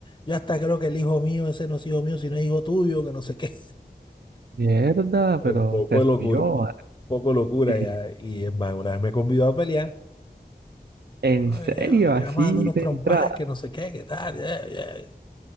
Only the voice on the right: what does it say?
Mierda,
pero
se
soy
yo.
así.
¿En
serio?
Así
de
entrada.